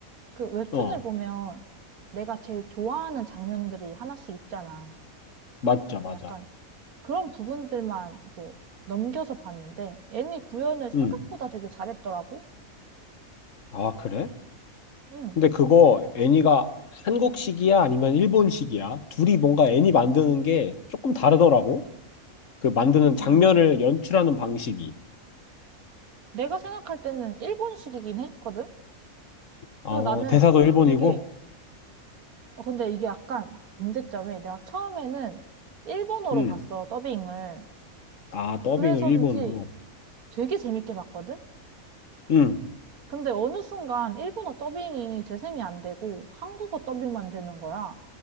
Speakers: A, on the right; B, on the left.
A: 그 웹툰을
B: 어,
A: 보면 내가 제일 좋아하는 장면들이 하나씩 있잖아.
B: 맞죠, 맞아.
A: 근데 약간 그런 부분들만 이제 넘겨서 봤는데, 애니 구현을 생각보다
B: 응.
A: 되게 잘했더라고.
B: 아, 그래?
A: 응.
B: 근데 그거 애니가 한국식이야? 아니면 일본식이야? 둘이 뭔가 애니 만드는 게 조금 다르더라고. 그 만드는 장면을
A: 아,
B: 연출하는 방식이.
A: 내가 생각할 때는 일본식이긴 했거든?
B: 어,
A: 그래서 나는
B: 대사도 일본이고?
A: 되게, 어, 근데 이게 약간 문제점이 내가 처음에는 일본어로
B: 응.
A: 봤어, 더빙을.
B: 아, 더빙을
A: 그래서인지
B: 일본으로.
A: 되게 재밌게 봤거든?
B: 응.
A: 근데 어느 순간 일본어 더빙이 재생이 안 되고 한국어 더빙만 되는 거야.